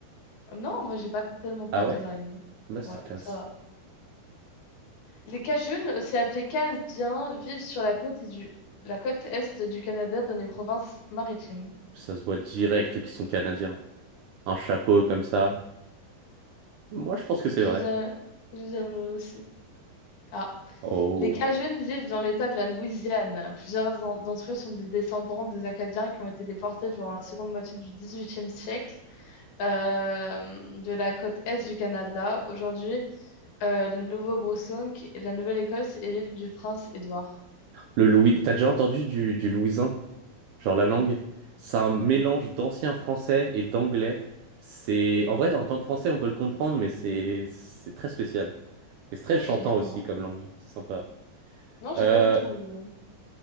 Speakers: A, on the left (about 75°); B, on the right (about 80°).
A: Non, moi, j'ai pas tellement peur
B: Ah ouais?
A: des araignées.
B: Masterclass.
A: Ouais, ça va. Les Cajuns, aussi appelés Canadiens, vivent sur la côte, et du... la côte est du Canada dans les provinces maritimes.
B: Ça se voit direct qu'ils sont canadiens. un chapeau comme ça. Moi, je pense
A: Je
B: que c'est vrai.
A: dirais, je dirais aussi. Ah.
B: Oh.
A: Les Cajuns vivent dans l'État de la Louisiane. Plusieurs en- d'entre eux sont des descendants des Acadiens qui ont été déportés durant la seconde moitié du XVIIIe siècle euh, de la côte est du Canada. Aujourd'hui, euh, le Nouveau-Brunswick, la Nouvelle-Écosse et l'île du Prince-Édouard.
B: Le Louis...
A: Ok,
B: T'as déjà entendu du, du louisin? Genre la langue? C'est un mélange d'ancien français et d'anglais. C'est... En vrai, en tant que français, on peut le comprendre, mais c'est c'est très spécial. Et c'est très
A: ok,
B: chantant
A: non.
B: aussi comme langue. C'est sympa.
A: Non, j'ai
B: Euh,
A: pas du tout. euh,